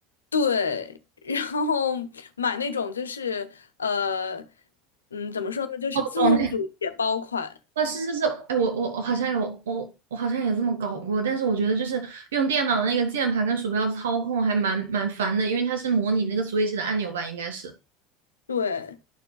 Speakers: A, on the left; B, on the right.
A: 对，然后买那种就是呃，嗯，怎么说呢，就是字幕组解包款，
B: 哦，我懂啊，是是是，哎，我我我好像有我我好像也这么搞过，但是我觉得就是用电脑的那个键盘跟鼠标操控还蛮蛮烦的，因为它是模拟那个 Switch 的按钮吧，应该是。
A: 对，